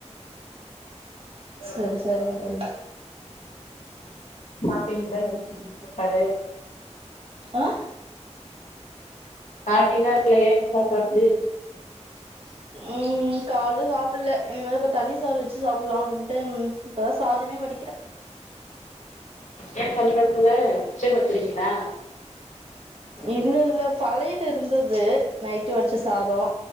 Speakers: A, on the right; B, on the left.
A: சேரி சேரிங்க தோழி
B: சாப்ட்டீங்ளா இல்லன் கூப்ட்டாரு
A: ஆ
B: சாப்ட்டீங்ளா இல்லையா இங்க ஒக்காந்து
A: ம் கால்ல சாப் புட்ல ஏனா இப்ப தண்ணி சோரறு வெச்சு சாப்பிட்லா அப்டின்ட்டு இப்ப தா சாதமே வடிக்கிறே
B: ஏ பண்ணி சாப்புட்ல மிச்சப்படுத்துறீங்களா
A: இல்ல இல்ல பழையது இருந்தது நைட்டு வச்ச சாத